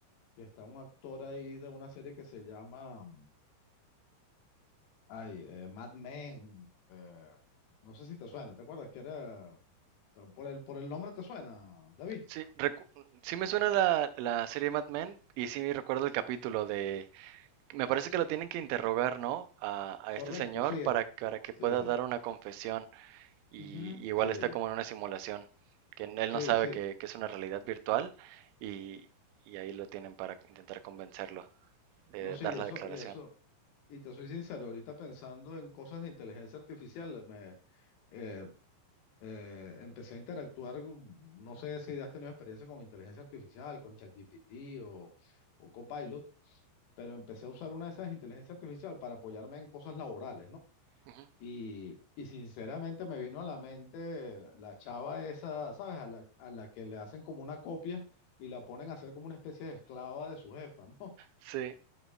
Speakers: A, on the left; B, on the right.
A: que está un actor ahí de una serie que se llama, ay, eh, Mad Men, eh, no sé si te suena, ¿te acuerdas? Que era... Por el, por el nombre te suena, David.
B: Sí, recu- sí me suena la, la serie Mad Men y sí recuerdo el capítulo de Me parece que lo tienen que interrogar, ¿no? A, a
A: Correcto,
B: este señor
A: sí es.
B: para, para que
A: Sí,
B: pueda dar una confesión. Y
A: Ujú.
B: igual
A: sí,
B: está como en una simulación, que él
A: sí,
B: no sabe
A: sí.
B: que, que es una realidad virtual y, y ahí lo tienen para intentar convencerlo de
A: No, sí,
B: dar
A: y
B: la
A: eso,
B: declaración.
A: y eso, y te soy sincero, ahorita pensando en cosas de inteligencia artificial, me eh, eh, empecé a interactuar, con- no sé si has tenido experiencia con inteligencia artificial, con ChatGPT o, o Copilot, pero empecé a usar una de esas inteligencias artificial para apoyarme en cosas laborales, ¿no?
B: Ujú.
A: Y, y sinceramente me vino a la mente la chava esa, ¿sabes? A la, a la que le hacen como una copia y la ponen a hacer como una especie de esclava de su jefa, ¿no? <laughs>
B: Sí,